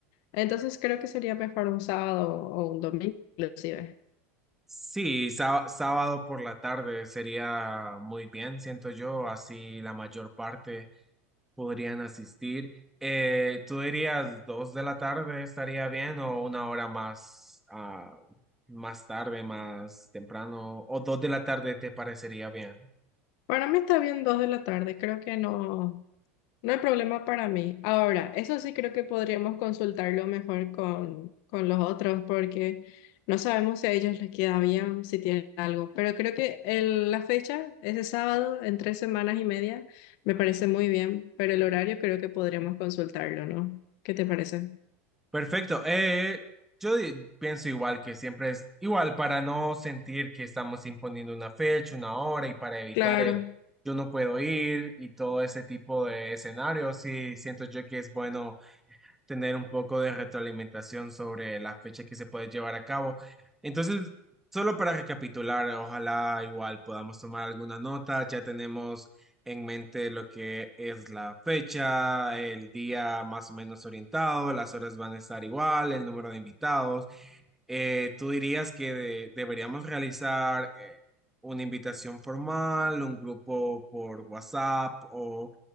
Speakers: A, on the left; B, in the centre.
A: entonces creo que sería mejor un sábado o un domingo inclusive.
B: Sí, sá- sábado por la tarde sería muy bien, siento yo, así la mayor parte. podrían asistir. Eh, ¿tú dirías dos de la tarde estaría bien o una hora más, ah, más tarde, más temprano? ¿O dos de la tarde te parecería bien?
A: Para mí está bien dos de la tarde, creo que no. No hay problema para mí. Ahora, eso sí creo que podríamos consultarlo mejor con, con los otros porque no sabemos si a ellos les queda bien, si tienen algo. Pero creo que el- la fecha, ese sábado, en tres semanas y media, me parece muy bien, pero el horario creo que podríamos consultarlo, ¿no? ¿Qué te parece?
B: Perfecto. Eh, yo di- pienso igual que siempre es igual para no sentir que estamos imponiendo una fecha, una hora y para evitar
A: Claro,
B: el yo no puedo ir y todo ese tipo de escenarios. Sí, siento yo que es bueno tener un poco de retroalimentación sobre la fecha que se puede llevar a cabo. Entonces, solo para recapitular, ojalá igual podamos tomar alguna nota, ya tenemos en mente lo que es la fecha, el día más o menos orientado, las horas van a estar igual, el número de invitados. Eh, ¿tú dirías que de- deberíamos realizar eh, una invitación formal, un grupo por WhatsApp o